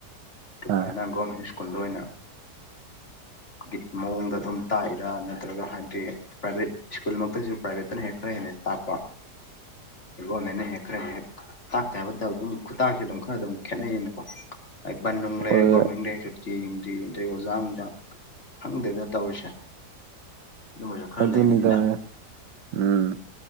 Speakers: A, on the left; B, on the right.
A: ꯇꯨꯃꯥꯏꯅ
B: ꯑꯥ
A: ꯒꯣꯔꯃꯦꯟ ꯁ꯭ꯀꯨꯜꯗ ꯑꯣꯏꯅ ꯒꯤ ꯃꯑꯣꯡꯗ ꯑꯗꯨꯝ ꯇꯥꯛꯏꯔꯥ ꯅꯠꯇ꯭ꯔꯒ ꯍꯥꯏꯗꯤ ꯄ꯭ꯔꯥꯏꯚꯦꯠ ꯁ꯭ꯀꯨꯜꯃꯛꯇꯁꯨ ꯄ꯭ꯔꯥꯏꯚꯦꯠꯇꯅ ꯍꯦꯛꯟꯅ ꯈꯔ ꯍꯦꯟꯅ ꯇꯥꯛꯄ ꯋꯥ ꯃꯅꯦ ꯍꯈꯔꯦ ꯍ ꯇꯥꯛꯇꯦ ꯍꯥꯏꯕꯗ ꯑꯗꯨꯝ ꯈꯨꯇꯥꯛꯁꯨ ꯑꯗꯨꯝ ꯈꯔ ꯑꯗꯨꯝ ꯈꯦꯠꯅꯩꯅꯀꯣ ꯕꯟ ꯅꯨꯡ ꯂꯩꯔꯦ
B: ꯍꯣꯏ
A: ꯒꯣꯔꯃꯦꯟ ꯂꯩꯔꯁꯨ ꯇꯝꯗꯤ ꯑꯗꯩ ꯑꯣꯖꯥ ꯑꯝꯇ ꯈꯪꯗꯦꯅ ꯇꯧꯔꯤꯁꯦ ꯑꯗꯨꯝ ꯑꯣꯏꯁꯨ ꯈꯔ
B: ꯑꯗꯨꯅꯤꯗ
A: ꯂꯩꯕꯅꯤꯅ
B: ꯎꯝ